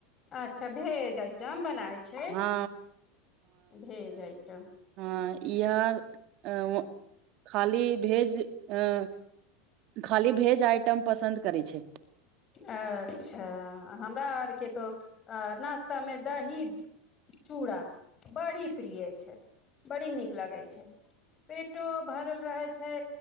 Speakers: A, on the left (about 35°); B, on the right (about 55°).
A: अच्छा भेजइतम बनाै छै।
B: हँ
A: भे जाइटा।
B: ह इह। अ खाली भेज अ। खाली भेज आइटम पसन्द। करै छै
A: अच्छा हमरा आरके। त अ नाश्ता मे दही चूड़ा। बड़ी प्रिय छै बड़ी नीक लगै छै पेटो भरल रहै छै।